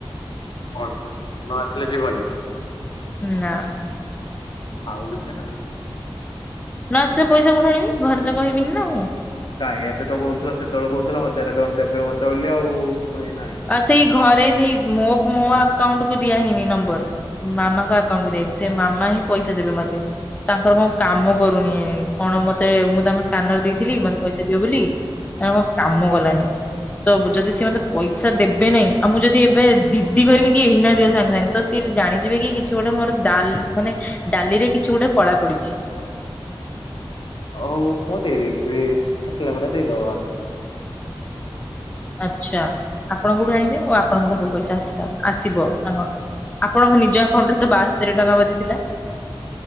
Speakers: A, on the left; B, on the left.
A: କଣ ନ ଆସିଲେ ଯିବନି।
B: ନା।
A: ଆଉ କିଛି ନା
B: ନ ଆସିଲେ ପଇସା କୋଠୁ ଆଣିବି ଘରେ ତ କହିବିନି ନା ମୁଁ।
A: ନାଇଁ ଏବେ ତ କହୁଥିଲ ସେତେବେଳେ କହୁଥିଲ ହଜାର ଟଙ୍କା ଦେବେ ମତେ ବୋଲି ପୁଣି ନାହିଁ।
B: ଆ ସେଇ ଘରେ ମୋ ମୋ ଆକାଉଣ୍ଟ କୁ ଦିଆ ହେଇନି ନମ୍ବର। ମାମାଙ୍କ ଆକାଉଣ୍ଟକୁ ଯାଇଛି ସେ ମାମା ହିଁ ପଇସା ଦେବେ ମତେ। ତାଙ୍କର କଣ କାମ କରୁନି କଣ ମତେ ମୁଁ ତାଙ୍କୁ ସ୍କାନର ଦେଇଥିଲି ମତେ ପଇସା ଦିଅ ବୋଲି। ତା କାମ ଗଲାନି ତ ଯଦି ସେ ମତେ ପଇସା ଇସା ଦେବେ ନାଇଁ ଆଉ ମୁଁ ଯଦି ଏବେ ଜିଦି କରିବି କି ଏଇନା ଦିଅ ସାଙ୍ଗେ ସାଙ୍ଗେ ତ ସିଏ ଜାଣିଯିବେ କି କିଛି ଗୋଟେ ମୋର ଡା ମାନେ ଡାଲି ରେ ଗୋଟେ କଳା ପଡିଛି
A: ଆଉ କୁହ ହଉ ମୁଁ ଦେଇେ ଦେଖ ଆସିଲ ବରା ଦେ ଗ
B: ଆଚ୍ଛା ଆପଣ କୋଉଠି ଆଣିବେ ଆ ଆପଣଙ୍କ ପାଖକୁ ପଇସା ଆସିଲ ଆସିବ ନା କଣ? ଆପଣଙ୍କ ନିଜ ଆକାଉଣ୍ଟ ରେ ତ ବାସ୍ତରି ଟଙ୍କା ବାଧ ଥିଲା।